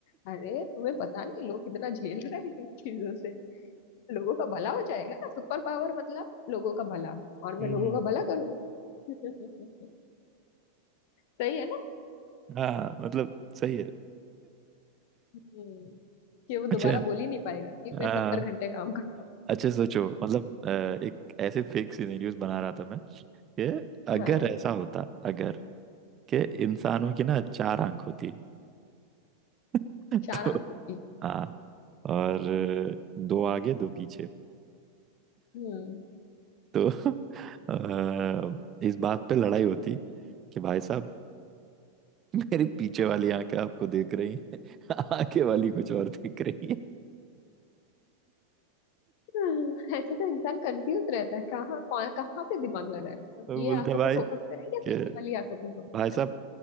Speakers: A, on the left; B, on the right.
A: अरे तुम्हें पता नहीं लोग कितना झेल रहे हैं इन चीजों से, लोगों का भला हो जाएगा ना सुपर पावर मतलब लोगों का भला और
B: हम्म
A: मैं लोगों का भला करूंगी <laughs> सही है ना
B: हाँ मतलब सही है
A: हम्म, कि वो दोबारा
B: अच्छा
A: बोल ही नहीं पाएगा कि मैं
B: हाँ
A: सत्तर घंटे काम करता
B: अच्छा सोचो मतलब अ, एक ऐसे फेक सिनेरियोस बना रहा था मैं कि अगर
A: हूँ हाँ
B: ऐसा होता अगर कि इंसानों की ना चार आंख होती <laughs> तो
A: चार आंखों की
B: हाँ और दो आगे दो पीछे
A: हम्म
B: तो <laughs> अ, इस बात पे लड़ाई होती कि भाई साहब मेरी पीछे वाली आंखें आपको देख रही हैं <laughs> आगे वाली कुछ और देख रही है
A: हाँ, ऐसे तो इंसान कंफ्यूज रहता है कहाँ कौन- कहाँ पे दिमाग लगाए मतलब
B: वो
A: ये
B: बोलते
A: आंखों
B: भाई
A: पे फोकस करें या पीछे
B: कि
A: वाली आंखों पे फोकस
B: भाई साहब
A: करें